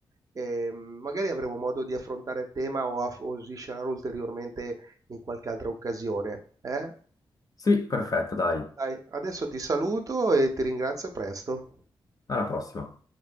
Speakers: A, on the right; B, on the left.
A: e mm, magari avremo modo di affrontare il tema o, aff- o sviscerare ulteriormente in qualche altra occasione. eh?
B: Sì, perfetto, dai.
A: Dai, adesso ti saluto e ti ringrazio, a presto.
B: Alla prossima.